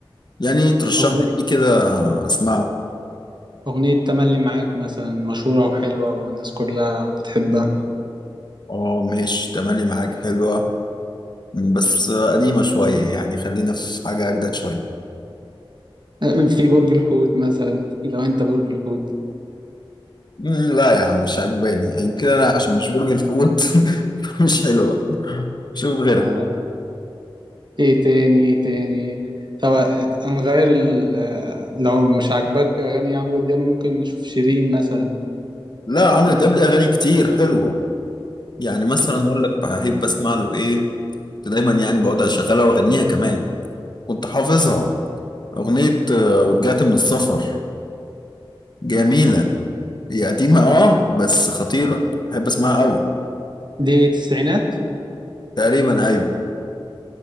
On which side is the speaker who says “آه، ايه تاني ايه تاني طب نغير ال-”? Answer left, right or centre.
Right